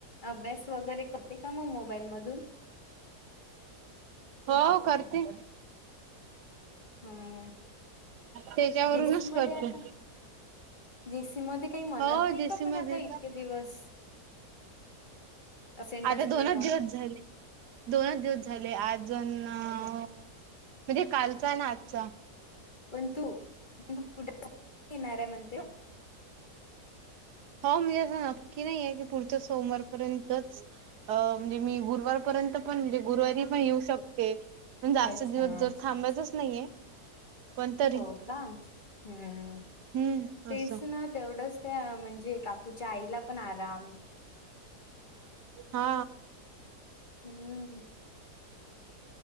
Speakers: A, on the left (about 30°); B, on the right (about 80°).
A: अभ्यास वगैरे करते का मग मोबाईल मधून
B: हो करते.
A: हा
B: त्याच्यावरूनच
A: जेसी मध्ये
B: करते.
A: आता जेसी म काही म्हणत
B: हो
A: नाही
B: जेसी
A: का पण
B: मध्ये
A: आता इतके दिवस. अबसेंट
B: आता
A: असलं
B: दोनच
A: तर
B: दिवस झाले दोनच दिवस झा झाले अजून म्हणजे कालचा ना आजचा.
A: <unintelligible> म्हणते.
B: हो म्हणजे असं नक्की नाही आहे की पुढच्या सोमवार पर्यंतच अ म्हणजे मी गुरुवारपर्यंत पण म्हणजे गुरुवारी पण येऊ शकते. पण जास्त
A: अच्छा
B: दिवस जर
A: अच्छा
B: थांबायचाच नाहीये. पण तरी
A: हो का हम्म
B: हम्म
A: तस
B: असं
A: ना तेवढंच म्हणजे काकूच्या आईला पण आराम.
B: हा.
A: हम्म.